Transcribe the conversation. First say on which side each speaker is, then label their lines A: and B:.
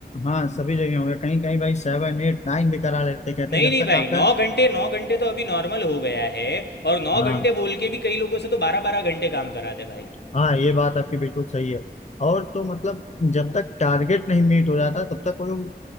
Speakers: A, on the left; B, on the left.
A: हाँ सभी जगह होंगे कहीं कहीं भाई सेवन एट नाइन भी करा लेते कहते
B: नहीं
A: हैं जब
B: नहीं
A: तक
B: भाई
A: आपका
B: नौ घंटे नौ घंटे तो अभी नॉर्मल हो गया है और नौ
A: हाँ
B: घंटे बोल के भी कई लोगों से तो बारह बारह घंटे काम कराते भाई
A: हाँ ये बात आपकी बिल्कुल सही है और तो मतलब जब तक टारगेट नहीं मीट हो जाता तब तक वो लोग